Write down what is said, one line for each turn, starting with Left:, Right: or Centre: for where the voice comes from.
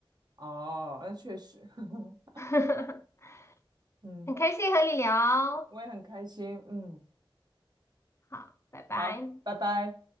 Right: 哦，那确实，<laughs>
Left: <laughs>
Right: 嗯，
Left: 很开心和你聊，
Right: 我也很开心，嗯，
Left: 好，拜拜。
Right: 好，拜拜。